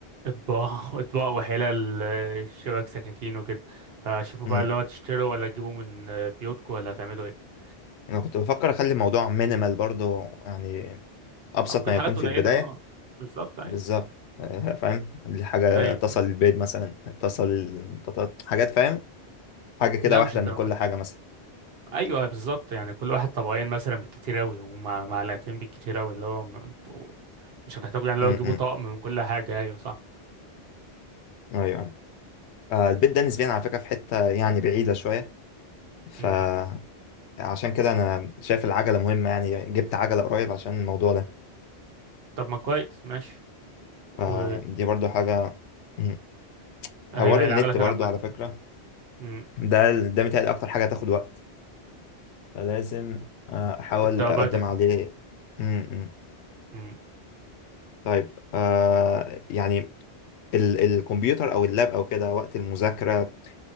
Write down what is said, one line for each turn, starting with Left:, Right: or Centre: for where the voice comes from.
Right: اطباق <laughs> اطباق وحلال آه، شبك سكاكين وكده فشوفوا
Left: مم.
Right: بقى اللي هو تشتروا ولا تجيبوا من آه، بيوتكم ولا هتعملوا ايه
Left: أنا كنت بفكر أخلي الموضوع مينيمال برضه يعني أبسط
Right: آه، ممكن
Left: ما
Right: حاجات
Left: يكون في
Right: قليلة
Left: البداية
Right: اه بالظبط ايوه
Left: بالظبط آه، فاهم دي حاجة
Right: ايوه
Left: تصل البيض مثلا تصل البطاط حاجات فاهم حاجة كده
Right: لا
Left: واحدة
Right: مش الدرجات
Left: من كل حاجة مثلا
Right: ايوه بالظبط يعني كل واحد طبقين مثلا بالكتير اوي ومع معلقتين بالكتير اوي اللي هو انتوا مش هتحتاجوا يعني اللي
Left: امم
Right: هو تجيبوا طقم من كل حاجة ايوه صح
Left: ايوه آه، البيت ده نسبيا على فكرة في حتة يعني بعيدة شوية فعشان
Right: مم.
Left: كده أنا شايف العجلة مهمة يعني جبت عجلة قريب عشان الموضوع ده
Right: طب ما كويس ماشي
Left: فدي
Right: و
Left: برضو حاجة مم. حوار
Right: ايوه
Left: النت
Right: هي العجلة فعلا
Left: برضو
Right: مهمة
Left: على فكرة
Right: مم.
Left: ده ده متهيألي أكتر حاجة هتاخد وقت فلازم آه، أحاول
Right: تبدأوا
Left: أقدم
Right: بدري
Left: عليه امم
Right: مم.
Left: طيب آه يعني ال الكمبيوتر او اللاب او كده وقت المذاكره